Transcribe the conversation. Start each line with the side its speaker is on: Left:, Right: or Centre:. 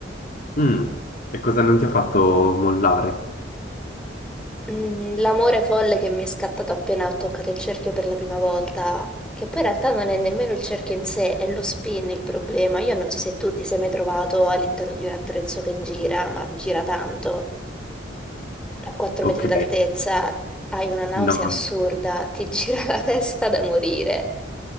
Left: Mm, E cosa non ti ha fatto mollare?
Centre: Mm, L'amore folle che mi è scattato appena ho toccato il cerchio per la prima volta, che poi in realtà non è nemmeno il cerchio in sé, è lo spin il problema. Io non so se tu ti sei mai trovato all'interno di un attrezzo che gira, ma gira tanto. a 4
Left: Ok,
Centre: metri d'altezza, hai una nausea
Left: no, no.
Centre: assurda, ti <laughs> gira la testa da morire.